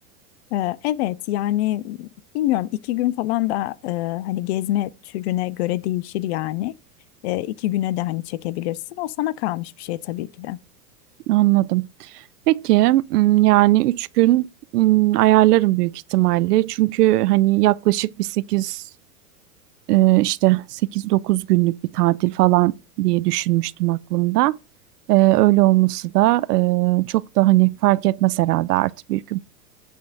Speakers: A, on the left (about 45°); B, on the right (about 75°).
A: Ee, Evet yani bilmiyorum iki gün falan da e, hani gezme türüne göre değişir yani. E, iki güne de hani çekebilirsin. O sana kalmış bir şey tabii ki de.
B: Anladım. Peki, mm, yani üç gün mm, ayarlarım büyük ihtimalle. Çünkü hani yaklaşık bir sekiz e, işte sekiz dokuz günlük bir tatil falan diye düşünmüştüm aklımda. E, öyle olması da e, çok da hani fark etmez herhalde artık bir gün.